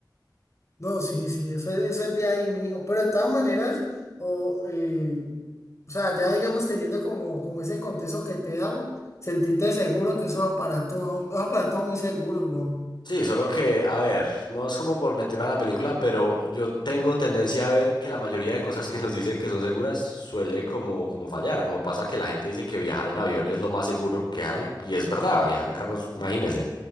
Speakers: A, on the left; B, on the left.
A: No, sí, sí, eso, es- eso es de ahí, mijo, pero de todas maneras, o, eh, o sea, ya digamos teniendo como, como ese contexto que te he dado, sentiste seguro que esos aparatos, son- esos aparatos son muy seguros, güey.
B: Sí, solo que, a ver, no es como por meterme a la película, pero yo tengo tendencia a ver que la mayoría de cosas que nos dicen que son seguras suele como, como fallar, como pasa que la gente dice que viajar en avión es lo más seguro que hay, y es verdad, viajar en carros, imagínese.